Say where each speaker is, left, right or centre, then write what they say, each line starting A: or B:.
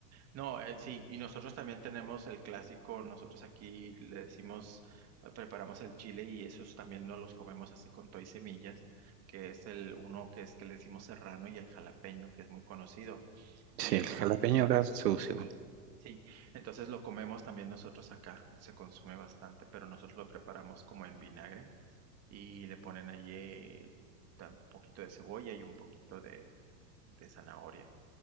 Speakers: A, on the right (about 30°); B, on the right (about 85°).
A: No, eh, sí, y nosotros también tenemos el clásico, nosotros aquí le decimos, eh, preparamos el chile y esos también no los comemos así con todo y semillas, que es el uno que es que le decimos serrano y el jalapeño, que es muy conocido.
B: Sí,
A: Y es
B: el jalapeño
A: así,
B: acá se usa igual.
A: sí. Entonces lo comemos también nosotros acá, se consume bastante, pero nosotros lo preparamos como en vinagre y le ponen allí eh, tam- un poquito de cebolla y un poquito de, de zanahoria.